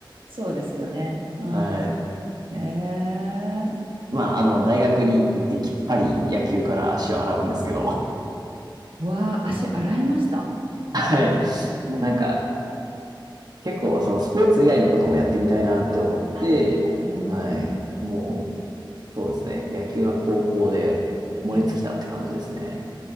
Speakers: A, on the right; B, on the right.
A: そうですよね。うん。
B: はい。
A: ええー
B: まあ、あの、大学に行ってきっぱり野球から足を洗うんですけど、
A: わあ、足洗いました
B: はい。
A: な
B: なんか、結構、そのスポーツ以外のこともやってみたいなって思って、
A: あ、うん、
B: はい。
A: うん。
B: もう、そうですね。野球は高校で燃え尽きたって感じですね。
A: やめて、